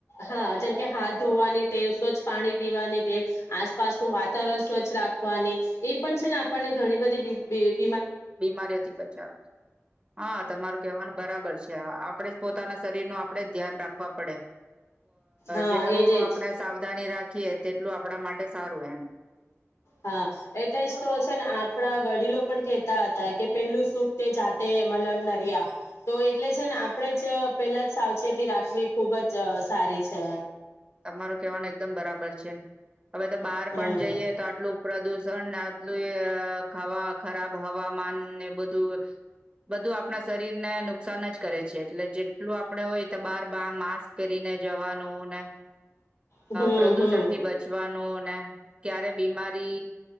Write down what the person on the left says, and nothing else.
હા જેમકે હાથ ધોવાની ટેમ સ્વચ્છ પાણી પીવાની ટેમ આસપાસનું વાતાવરણ સ્વચ્છ રાખવાની એ પણ છે, ને આપણને ઘણી બધી બે
હા
એજ એજ
હા એટલે જ તો છે ને આપણા વડીલો પણ કેહેતા હતા કે પેલું સુખ તે જાતે મલમ નરિયા તો એટલે છે ને આપણેે જ પેહેલા જ સાવચેતી રાખવી ખુબ જ સારી છે
હમ
હમ
હમ